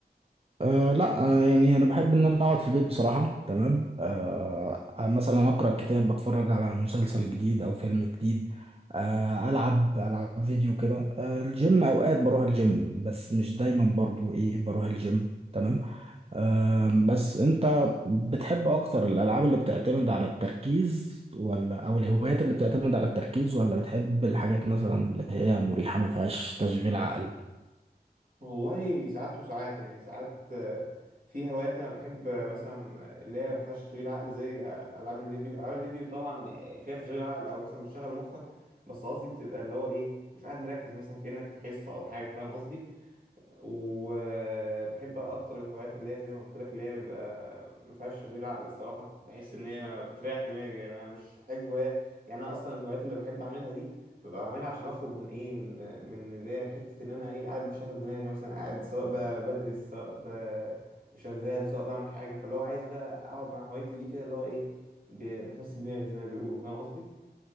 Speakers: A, on the right (about 35°); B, on the right (about 55°).
A: أه لا آه، يعني انا بحب ان انا اقعد في البيت بصراحه تمام أه آه، مثلا اقرا كتاب بتفرج على مسلسل جديد او فيلم جديد أه العب العب فيديو كده أه الجيم اوقات بروح الجيم بس مش دايما برضو ايه بروح الجيم تمام أه بس انت بتحب اكتر الالعاب اللي بتعتمد على التركيز ولا او الهوايات اللي بتعتمد على التركيز ولا بتحب الحاجات مثلا اللي هي مريحه ما فيهاش تشغيل عقل
B: والله ساعات وساعات يعني ساعات آه، في هوايات انا بحب آه، مثلا اللي هي ما فيهاش تشغيل عقل زي آه، العاب الفيديو العاب الفيديو طبعا آه، فيها تشغيل عقل او مثلا بتشغل مخك بس قصدي بتبقى اللي هو ايه مش قاعد مركز مثلا كأنك في حصة او حاجة فاهم قصدي وبحب اكتر الهوايات اللي هي زي ما قلت لك اللي هي بيبقى ما فيهاش تشغيل عقل الصراحه بحس ان هي بتريح دماغي يعني انا مش محتاج هوايه يعني انا اصلا الهوايات اللي بحب اعملها دي ببقى بعملها عشان اخرج من ايه من من اللي هي حته ان انا ايه قاعد مشغل دماغي مثلا قاعد سواء ب- بدرس سواء ب- شغال سواء بعمل حاجه فاللي هو عايز بقى اقعد مع هوايتي دي كده اللي هو ايه ب- بفسد دماغي زي ما بيقولوا فاهم قصدي